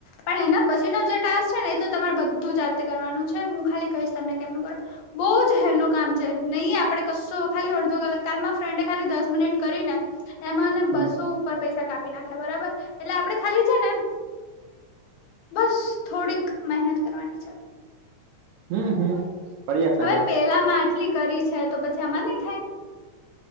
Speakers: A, on the left (about 80°); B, on the right (about 80°).
A: પણ એના પછીનો જે ટાસ્ક છે ને એ તો તમારે બધું જાતે કરવાનું છે હું ખાલી કહીશ તમને કેમનું કરવા. બહ જ હેલુ કામ છે નહી આપડે કશો ખાલી અડધો કલાક કાલમાં ફ્રેન્ડ ખાલી દસ મિનિટ કરી ને. એમાંને
B: હમ
A: બસો ઉપર પૈસા કાપી નાખ્યા બરાબર એટલે આપડે ખાલી છે ને બસ થોડીક મહેનત કરવાની છે.
B: હમ હમ. કર્યા કર્યા
A: હવે પેલામાં આટલી કરી છે તો પછી આમાં નઈ થાય.